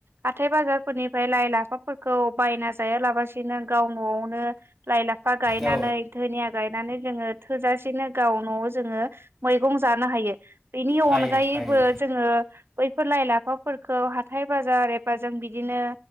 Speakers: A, on the right; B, in the centre.
A: हाथाय बाजारफोरनिफ्राय लाइ लाफाफोरखौ बायना जायालाबसिनो गाव न'आवनो लाइ लाफा गायनानै
B: औ
A: धोनिया गायनानै जोङो थोजासेनो गाव न'आव जोङो मैगं जानो हायो बेनि
B: हायो
A: अनगायैबो
B: हायो
A: जोङो फोरोलाय लाफाफोरखौ हाथाय बाजार एबा जों बिदिनो